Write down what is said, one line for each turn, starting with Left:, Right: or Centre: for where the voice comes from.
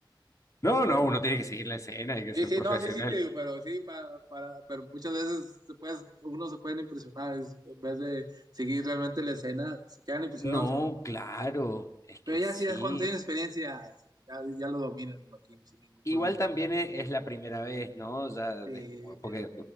Left: No, no, uno tiene que seguir la escena, hay que
Right: Sí,
Left: ser
Right: sí,
Left: profesional.
Right: no, sí, sí, te digo, pero sí, para, para, pero muchas veces se puede- uno se pueden impresionar es- en vez de seguir realmente la escena, se quedan impresionados
Left: No,
Right: con...
Left: claro, es
Right: Pero
Left: que
Right: ya
Left: sí.
Right: sí, ya cuando tienen experiencia, ya, ya lo dominan, me imagino, sin ningún
Left: Igual
Right: problema.
Left: también es, es la primera vez, ¿no? Ya
Right: Sí,
Left: después, porque